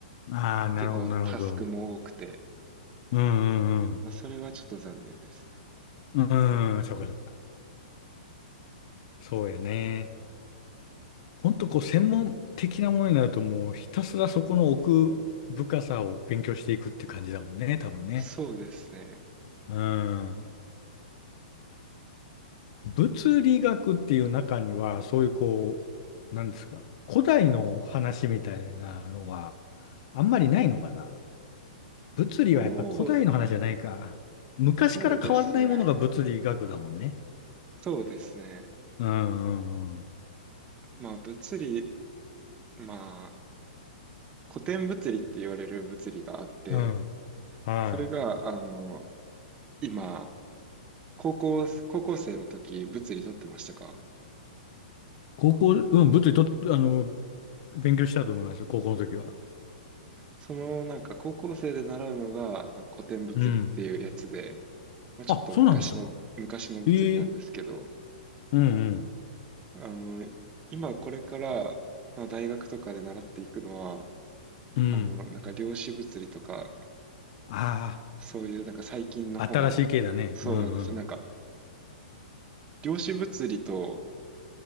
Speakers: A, on the left; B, on the right.
A: ああ、なるほど、
B: 結構タスクも多くて、
A: なるほど。うん、うん、
B: まあそれはちょっと残念です。
A: うん。うん、そうか、そうか。そうやね。ほんとこう専門的なものになるともうひたすらそこの奥深さを勉強していくって感じだもんね、多分ね。
B: そうですね。
A: うん。物理学っていう中には、そういうこう、なんですか、古代の話みたいなのはあんまりないのかな。物理はやっぱ古代の話じゃないか。
B: そう、
A: 昔から変わらないものが物理学だもんね。
B: そうですね。そうですね。
A: うんうんうん。
B: まあ物理、まあ古典物理って言われる物理があって、
A: うん。はい。
B: それが、あの、今、高校、高校生の時物理取ってましたか
A: 高校、うん、物理と、あの、勉強したと思います、高校の時は。
B: そのなんか高校生で習うのがなんか古典物理っていうやつで、
A: うん。
B: まあ、ちょっと昔の、
A: あ、そうなんですか。
B: 昔の物理なんですけど、
A: ええうんうん。
B: あの、今これから、まあ、大学とかで習っていくのは、
A: うん。
B: あの、なんか量子物理とか
A: あ
B: そういう、なんか最近の方の、
A: あ、新しい系だね。
B: そうなんですよ。
A: うんうん。
B: なんか、量子物理と、